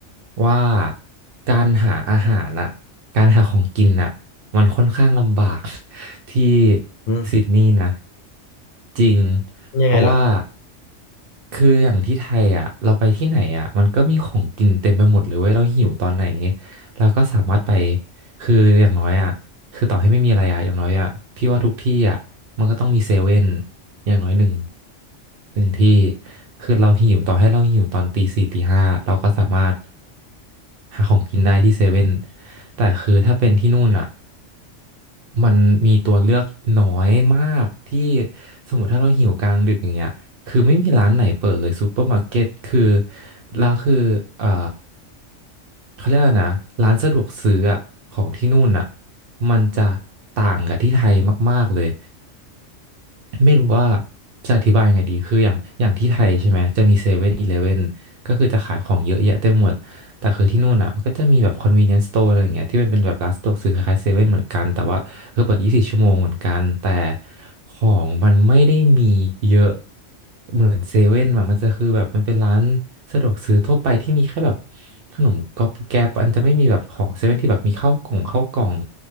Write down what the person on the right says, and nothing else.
ว่าการหาอาหารน่ะการหาของกินน่ะมันค่อนข้างลำบาก <laughs> ที่
ซิดนีย์นะจริง
เพราะว่าคืออย่างที่ไทยอ่ะเราไปที่ไหนอ่ะมันก็มีของกินเต็มไปหมดเลยเว้ยเราหิวตอนไหนเราก็สามารถไปคืออย่างน้อยอ่ะ คือต่อให้ไม่มีอะไรอะอย่างน้อยอะพี่ว่าทุกที่อะมันก็ต้องมีเซเว่นอย่างน้อยหนึ่งหนึ่งที่คือเราหิวต่อให้เราหิวตอนตีสี่ตีห้าเราก็สามารถหาของกินได้ที่เซเว่นแต่คือถ้าเป็นที่นู่นอะมันมีตัวเลือกน้อยมากที่สมมติถ้าเราหิวกลางดึกอย่างเงี้ยคือไม่มีร้านไหนเปิดเลยซูเปอร์มาร์เก็ตคือแล้วคือเอ่อเขาเรียกว่านะร้านสะดวกซื้ออะของที่นู่นอ่ะ มันจะต่างกับที่ไทยมากๆเลย ไม่รู้ว่าจะอธิบายยังไงดี คืออย่างอย่างที่ไทยใช่ไหม จะมีเซเว่นอีเลฟเว่นก็คือจะขายของเยอะแยะเต็มหมด แต่คือที่นู่นอ่ะมันก็จะมีแบบ convenience store อะไรอย่างเงี้ยที่มันเป็นแบบร้านสะดวกซื้อคล้ายๆเซเว่นเหมือนกัน แต่ว่าคือเปิด 24 ชั่วโมงเหมือนกันแต่ของมันไม่ได้มีเยอะเหมือนเซเว่นอะมันจะคือแบบมันเป็นร้านสะดวกซื้อทั่วไปที่มีแค่แบบขนมก๊อบแก๊บอันจะไม่มีแบบของเซเว่นที่แบบมีข้าวกล่องข้าวกล่อง